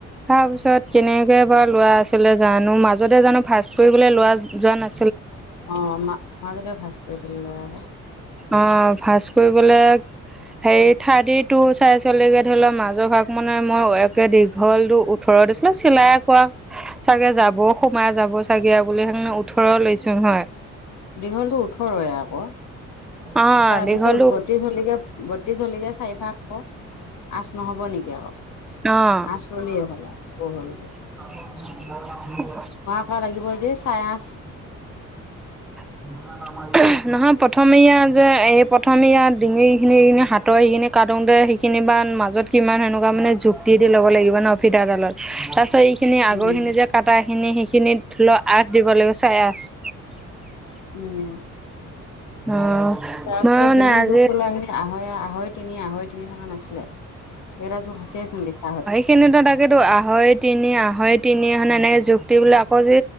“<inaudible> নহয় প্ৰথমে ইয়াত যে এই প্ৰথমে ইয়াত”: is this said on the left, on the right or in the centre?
Centre